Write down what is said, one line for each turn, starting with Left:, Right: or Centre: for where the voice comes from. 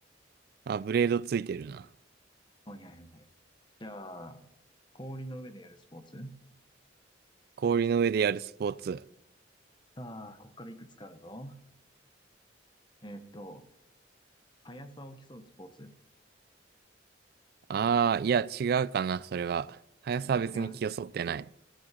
Right: あ、ブレードついてるな。
Left: はいはいはい。じゃあ、氷の上でやるスポーツ
Right: 氷の上でやるスポーツ。
Left: さあ、ここからいくつかあるぞ。えーっと、速さを競うスポーツ
Right: ああ、いや、違うかな、それは。速さは別に気をそってない。
Left: 違う